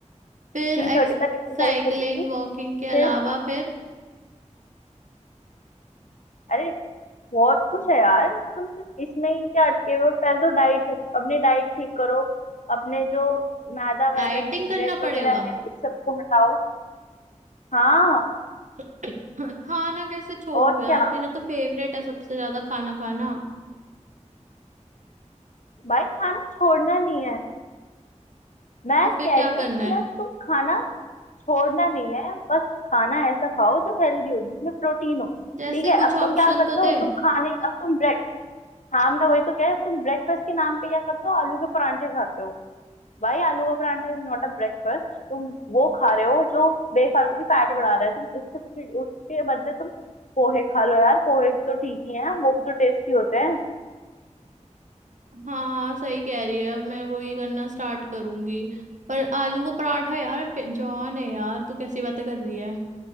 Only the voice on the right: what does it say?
फिर
एक्स
साइकिलिंग
वॉकिंग के
अलावा फिर
डाइटिंग
करना
पड़ेगा
<laughs> हाँ, खाना कैसे छोड़ू
यार मेरा तो फेवरेट है सबसे ज्यादा खाना खाना
तो
फिर क्या
करना
है
जैसे
कुछ
ऑप्शन
तो दे
हाँ सही कह रही है अब मैं वही करना स्टार्ट करूंगी पर आलू का पराठा यार पे- जॉन है यार तू कैसी बातें कर रही है